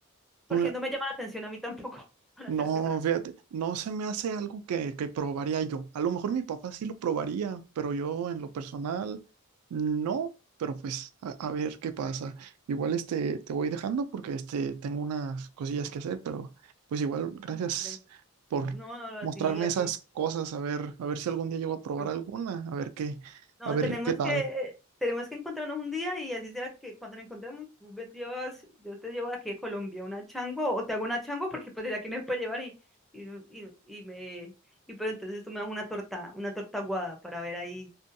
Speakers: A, in the centre; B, on the right.
A: porque
B: Pues,
A: no me llama la atención a mí tampoco, <laughs> para
B: No,
A: serte franca.
B: fíjate, no se me hace algo que, que probaría yo. A lo mejor mi papá sí lo probaría, pero yo en lo personal no, pero pues a, a ver qué pasa. Igual este te voy dejando porque este tengo unas cosillas que hacer, pero pues igual gracias
A: Ándale.
B: por
A: No, no, no,
B: mostrarme
A: a ti, a
B: esas
A: ti.
B: cosas, a ver, a ver si algún día llego a probar
A: pero-
B: alguna, a ver qué,
A: No,
B: a ver
A: tenemos
B: qué tal.
A: que, tenemos que encontrarnos un día y así sea que cuando nos encontremos, tú me llevas, yo te llevo de aquí de Colombia una changua o te hago una changua porque pues de aquí no me puede llevar y, y, y, y me, y pero entonces tú me das una torta, una torta aguada para ver ahí